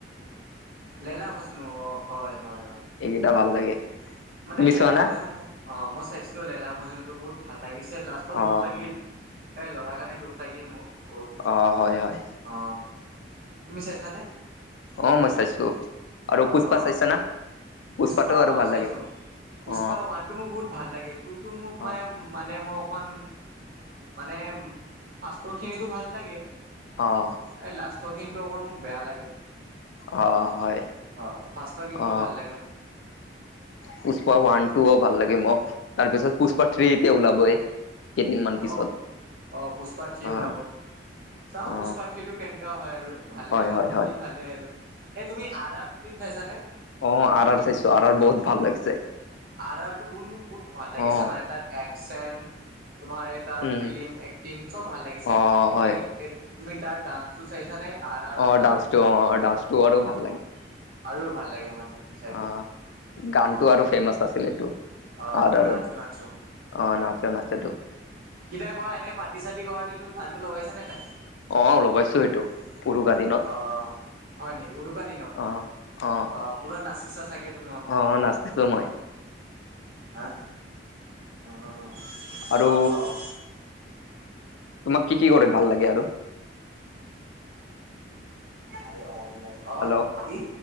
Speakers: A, on the right (about 50°); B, on the left (about 80°).
A: লেলা মজনু অ' হয় হয় হয়।
B: এইগেইটা ভাল লাগে।
A: মানে
B: তুমি
A: লেলা
B: চোৱা না
A: মজুম মোৰ অঁ মই চাইছিলো লেলা মজুম তো বহুত ভাল লাগিছে। লা- ত'
B: অ
A: দুখ লাগিল এই ল'ৰাৰ কাৰণে দুখ লাগিল মোৰ বহুত।
B: অঁ' হয় হয়।
A: অঁ' তুমি চাইছানে?
B: অঁ মই চাইছো, আৰু
A: অ
B: পুষ্পা
A: অ
B: চাইছ না। পুষ্পাটো
A: পুষ্পা
B: আৰু
A: অ
B: ভাল
A: চাইছো
B: লাগে।
A: পুষ্পা
B: অ
A: ওৱানটো মোক বহুত ভাল লাগে, টুটো মোক
B: অ
A: মান মানে মই অকমান- মানে উম ফাষ্টৰ খিনিতো ভাল লাগে।
B: অঁ'
A: এ লাষ্টৰ খিনিতো অকণ মোক বেয়া লাগে।
B: অ হয়
A: হঁ' ফাষ্টৰ খিনি
B: অ
A: টো ভাল লাগে মোৰ।
B: পুষ্পা ওৱান টু অ ভাল লাগে মোক তাৰ পিছত পুষ্পা থ্ৰ্ৰী এতিয়া ওলাবই। কেইদিনমান পিছত
A: অঁ অঁ পুষ্পা ঠি
B: অ
A: ওলাব। চাওঁ
B: অ
A: পুষ্পা ঠিটো কেনকা হয় আৰু, ভালে
B: হয়
A: হ'ব
B: হয়
A: যদি
B: হয়
A: ভালে আৰু। এ তুমি আৰ আৰ ফিল্ম চাইছানে?
B: অঁ আৰ আৰ চাইছো আৰ আৰ বহুত ভাল লাগিছে।
A: আৰাৰ টো বহুত মোক বহুত ভাল লাগিছে
B: অ
A: মানে তাৰ একচন তোমাৰ এই- তাৰ
B: উম
A: ফিল্ম এক্টিং চব ভাল লাগিছে,
B: অ
A: তুমি
B: হয়
A: এ তুমি তাৰ ডান্সটো চাইছা নে? আৰ- তাৰ
B: অ
A: ডান্সটো
B: অ ডান্সটো আৰু
A: অঁ
B: ভাল
A: আৰু ভাল লাগে মানে। এইটো চাই পিনে
B: অঁ গানটো
A: অ'।
B: আৰু ফেমাচ আছিল এইটো,
A: অ'
B: আদাৰৰ
A: নাচো
B: অঁ
A: নাচো
B: ন- তাতে নাচেটো।
A: কেতিয়াবা এনে পাতি চাতি কৰাত এইটো গানটো লগাইছ নে নাই?
B: অঁ লগাইছো এইটো উৰুকা দিনত।
A: অ' হয় নেকি? উৰুকা দিনত,
B: অ অ
A: অহ পুৰা নাচিছা চাগে তুমি অনতে।
B: অ নাচিছো মই
A: হেঁ অঁ অঁ'
B: আৰু
A: অ অ'
B: তোমাক কি কি কৰি ভাল লাগে আৰু?
A: আৰে অনলাইন- অ
B: হেল্লৌ'
A: কি